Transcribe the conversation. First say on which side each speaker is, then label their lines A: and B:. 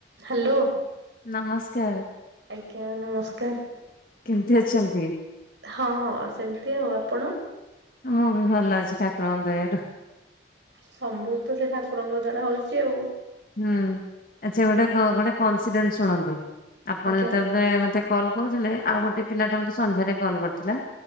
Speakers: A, on the right; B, on the left.
A: Hello.
B: ନମସ୍କାର।
A: ଆଜ୍ଞା ନମସ୍କାର।
B: କେମିତି ଅଛନ୍ତି?
A: ହଁ ହଁ ସେମିତି ଆଉ ଆପଣ?
B: ମୁଁ ବି ଭଲ ଅଛି ଠାକୁରଙ୍କ ଦୟାରୁ।
A: ସବୁ ତ ସେ ଠାକୁରଙ୍କ ଦ୍ଵାରା ହଉଛି ଆଉ।
B: ହୁଁ, ଆଚ୍ଛା ଗୋଟେ ଗ ଗୋଟେ କୋନ୍ସିଡ଼େଣ୍ଟ୍ ଶୁଣନ୍ତୁ। ଆପଣ
A: ଆଜ୍ଞା
B: ଯେତେବ୍ଳେ ମତେ କଲ୍ କହୁଥୁଲେ, ଆଉ ଗୋଟେ ପିଲା ଟା ମତେ ସନ୍ଧ୍ୟାରେ କଲ୍ କର୍ ଥିଲା।